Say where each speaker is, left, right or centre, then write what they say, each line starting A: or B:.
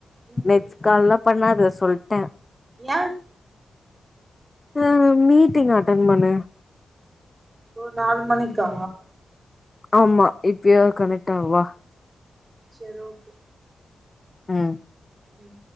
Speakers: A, on the right; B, on the left.
A: ம்
B: நெஸ்ட் கால்லா பண்ணாத சொல்ட
A: ஏய
B: அ மீட்டிங் அட்டன் பண்ணு
A: ஓ நாலு மணிக்கா
B: ஆமா இப்பயோ கனக்ட் ஆவு வா
A: சேர் ஓகே
B: அ
A: ம்